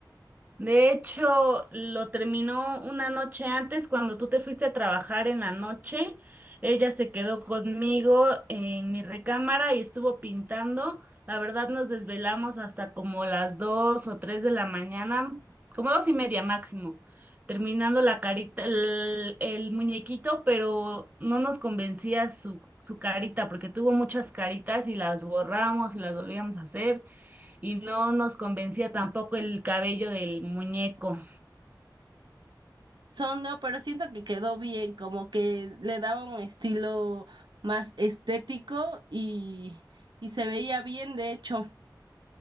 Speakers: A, on the right (about 25°); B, on the right (about 80°).
A: De hecho, lo terminó una noche antes, cuando tú te fuiste a trabajar en la noche. Ella se quedó conmigo en mi recámara y estuvo pintando. La verdad, nos desvelamos hasta como las dos o tres de la mañana, como dos y media máximo, terminando la carita, el, el muñequito, pero no nos convencía su, su carita, porque tuvo muchas caritas y las borramos y las volvíamos a hacer y no nos convencía tampoco el cabello del muñeco.
B: Son, no, pero siento que quedó bien, como que le daba un estilo más estético y, y se veía bien, de hecho.